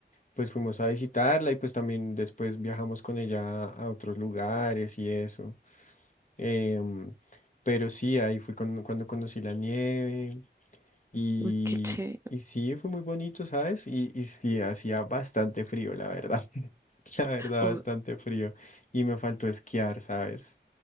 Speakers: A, on the left; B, on the right.
A: Pues fuimos a visitarla y pues también después viajamos con ella a otros lugares y eso. Em, pero sí, ahí fui con- cuando conocí la nieve. Y,
B: Uy, qué chévere.
A: y sí, fue muy bonito, ¿sabes? Y, y sí, hacía bastante frío, la verdad. <laughs> La verdad,
B: Uy,
A: bastante frío. Y me faltó esquiar, ¿sabes?